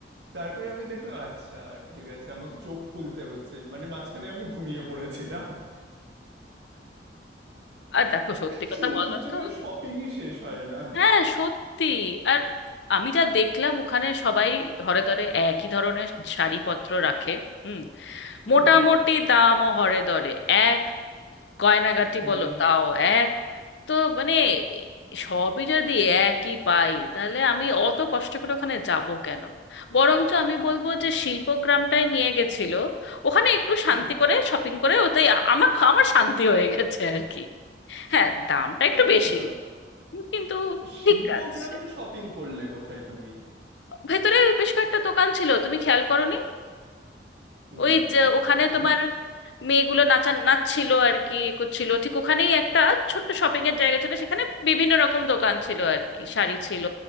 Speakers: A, on the right; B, on the left.
A: তারপরে আমি দেখলাম আচ্ছা ঠিক আছে আমাকে চোখ খুলতে হচ্ছে মানে মাঝখানে আমি ঘুমিয়ে পড়েছিলাম
B: আর দেখো সত্যি কথা
A: সে
B: বলো
A: লোকজনের
B: তো
A: শপিংই শেষ হয় না
B: হ্যাঁ সত্যি আর আমি যা দেখলাম ওখানে সবাই ধরে ধরে একই ধরনের শাড়িপত্র রাখে হুম
A: হুম
B: মোটামুটি
A: হুম
B: দামও হরে ধরে এক গয়নাগাটি
A: হুম
B: বলো তাও এক তো মানে সবই যদি একই পাই তাহলে আমি অত কষ্ট করে ওখানে যাব কেন বরঞ্চ আমি
A: আ,
B: বলবো যে শিল্পগ্রামটাই নিয়ে গেছিল ওখানে একটু শান্তি
A: হুম
B: করে শপিং করে ওটাই আ- আমার আমার শান্তি হয়ে গেছে আর কি হ্যাঁ দামটা একটু
A: আচ্ছা
B: বেশি কিন্তু ঠিক
A: শিল্প
B: আছে
A: গ্রামে শপিং করলে কোথায় তুমি
B: ভেতরে বেশ কয়েকটা দোকান ছিল তুমি খেয়াল করোনি
A: এই
B: ওই যে
A: না
B: ওখানে
A: আমি
B: তোমার মেয়েগুলো নাচা নাচছিল আর কি করছিল ঠিক ওখানেই একটা ছোট্ট শপিং এর জায়গা ছিল সেখানে বিভিন্ন রকম দোকান ছিল আর কি শাড়ি ছিল